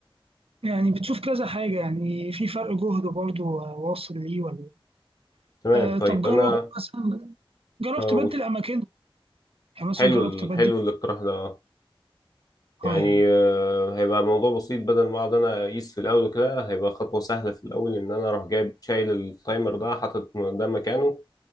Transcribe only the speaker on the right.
يعني بتشوف كذا حاجة يعني في فرق جهد برضه آه، واصل ليه ولا لأ.
آه،
طب جرب
مثلا جربت
أبدل أماكن يعني مثلا
جربت
أبدل
اه يعني